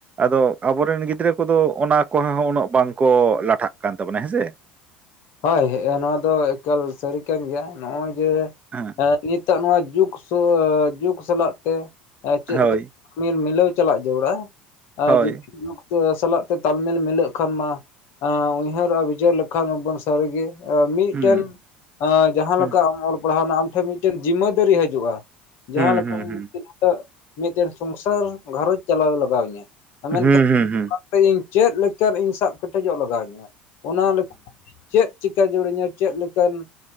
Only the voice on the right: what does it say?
ᱟᱫᱚ ᱟᱵᱚᱨᱮᱱ ᱜᱤᱫᱽᱨᱟᱹ ᱠᱚᱫᱚ ᱚᱱᱟ ᱠᱚᱨᱮ ᱦᱚᱸ ᱩᱱᱟᱹᱜ ᱵᱟᱝᱠᱚ ᱞᱟᱴᱷᱟᱜ ᱠᱟᱱ ᱛᱟᱵᱚᱱᱟ ᱦᱮᱸᱥᱮ?
ᱦᱮᱸ᱾
ᱦᱳᱭ
ᱦᱳᱭ
ᱦᱩᱸ
ᱦᱩᱸ
ᱦᱩᱸ
ᱦᱩᱸ
ᱦᱩᱸ
ᱦᱩᱸ
ᱦᱩᱸ ᱦᱩᱸ